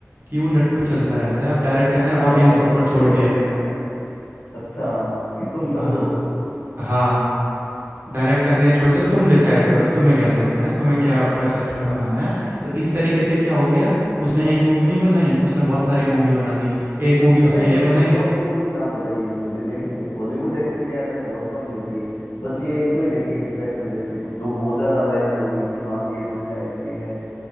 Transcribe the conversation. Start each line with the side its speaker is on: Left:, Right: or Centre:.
Right: कि वो लट्टू चलता रहता है अब डायरेक्टर ने ऑडियंस
Left: हाँ बस
Right: के ऊपर छोड़
Left: उतना ही
Right: दिया
Left: मैंने
Right: है
Left: देखा कि अच्छा कि तुम
Right: हाँ
Left: समझो
Right: हाँ हाँ डायरेक्टर ने छोड़ दिया तुम डिसाइड करो तुम्हें क्या सोचना है तुम्हें क्या परसेप्शन बनाना है तो इस तरीके से क्या हो गया उसने एक मूवी नहीं बनाई उसने बहुत सारी मूवी बना दी एक मूवी
Left: बताइए
Right: उसने ये
Left: उनकी
Right: बनाई
Left: कोई और मूवियों के नाम बताइए मुझे देखनी है हॉलीवुड एक्चुअली क्या है मैंने बहुत कम देखी है बस ये एक दो ही देखी इंस्पेक्शन जैसी कुछ जो बहुत ज्यादा वायरल हो गई कि हाँ ये तो है ये है